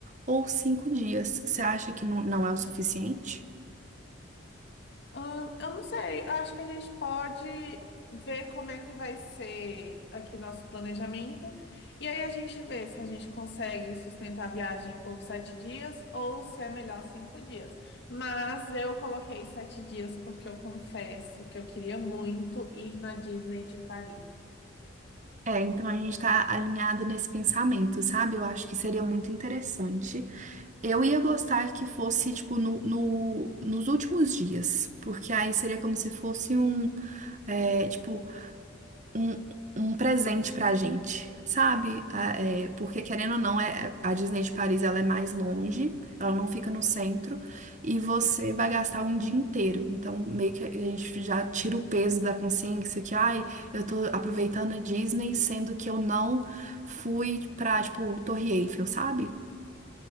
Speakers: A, on the right; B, on the left.
A: ou cinco dias. Você acha que não, não é o suficiente?
B: Ahn, eu não sei, eu acho que a gente pode ver como é que vai ser aqui nosso planejamento. E aí a gente vê se a gente consegue sustentar a viagem por sete dias ou se é melhor cinco dias. Mas eu coloquei sete dias porque eu confesso que eu queria muito ir na Disney de Paris.
A: É, então a gente tá alinhada nesse pensamento, sabe? Eu acho que seria muito interessante. Eu ia gostar que fosse, tipo, no, no- nos últimos dias, porque aí seria como se fosse um, é, tipo, um, um presente pra gente, sabe? Ah, é, porque, querendo ou não, é, a Disney de Paris, ela é mais longe, ela não fica no centro, e você vai gastar um dia inteiro. Então, meio que a gente já tira o peso da consciência que, ai, eu tô aproveitando a Disney, sendo que eu não fui pra, tipo, Torre Eiffel, sabe?